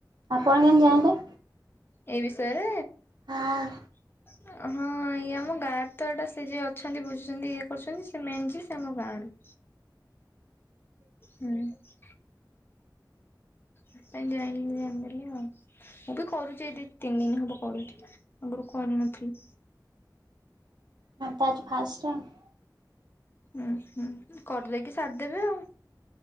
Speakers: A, on the right; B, on the left.
A: ଆପଣ କେମିତି ଜାଇଁଲେ?
B: ଏ ବିଷୟରେ
A: ହଁ।
B: <inaudible> ହଁ ଇଏ ଆମ ଗାଁ ରେ ତ ଏଇଟା ସେ ଯିଏ ଅଛନ୍ତି। ବୁଝୁଛନ୍ତି ଇଏ କରୁଛନ୍ତି ସେ ମେମ୍ ଯିଏ ସିଏ ଆମ ଗାଁ ରୁ। ଉଁ ସେଥିପାଇଁ ଜାଣିଲି ଜାଣି ଦେଲି ଆଉ। ମୁଁ ବି କରୁଛି ଏ ଦି ତିନି ଦିନ ହବ କରୁଛି ଆଗରୁ କରିନଥିଲି।
A: ଆମେ ତ ଆଜି ଫାଷ୍ଟ ଆଉ।
B: ଉଁ ହୁଁ କରିଲେଇକି ସାରିଦେବେ ଆଉ।